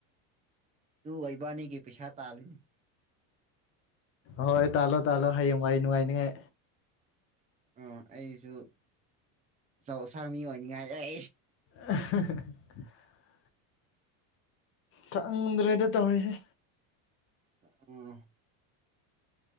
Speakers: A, on the right (about 15°); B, on the left (about 30°).
A: ꯑꯗꯨ ꯑꯣꯏꯕꯥꯅꯤꯒꯤ ꯄꯩꯁꯥ ꯇꯥꯜꯂꯤꯅꯤ
B: ꯍꯣꯏ ꯇꯥꯜꯂꯣ ꯇꯥꯜꯂꯣ ꯍꯌꯦꯡ ꯋꯥꯏ ꯅꯨꯡꯉꯥꯏꯅꯤꯉꯥꯏ
A: ꯑ ꯑꯩꯁꯨ ꯑꯧ ꯑꯁꯥꯡ ꯃꯤ ꯑꯣꯏꯅꯤꯡꯉꯥꯏ ꯑꯩ
B: ꯑ ꯈꯛꯗ꯭ꯔꯦꯗ ꯇꯧꯔꯤꯁꯦ
A: ꯑ